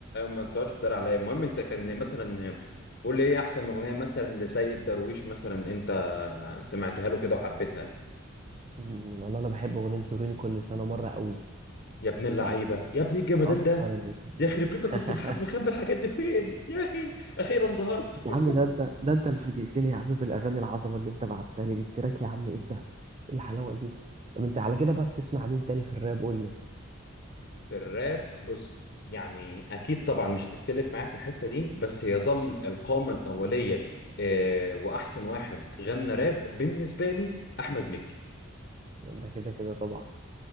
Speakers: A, on the left; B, on the right.
A: ما تقعدش تدار عليا المهم انت كان مثلا قول لي ايه احسن اغنيه مثلا لسيد درويش مثلا انت سمعتها له كده وحبيتها
B: أمم، والله انا بحب اغنيه زوروني كل سنه مره قوي
A: يا ابن اللعيبه
B: يعني
A: يا ابن الجمدان
B: اكتر
A: ده
B: ال...
A: يا خرب بيتك
B: <laughs>
A: كنت محب مخبي الحاجات دي فين يا اخي اخيرا ظهرت
B: يا عم ده انت ده انت اللي فاجئتني يا عم بالاغاني العظمه اللي انت بعتها لي دي التراك يا عم ايه ده ايه الحلاوه دي طب انت على كده بقى بتسمع مين تاني في الراب قول لي
A: في الراب بص يعني اكيد طبعا مش هتختلف معايا في الحته دي بس يظل القامه الاوليه آه واحسن واحد غنى راب بالنسبه لي احمد مكي
B: ده كده كده طبعا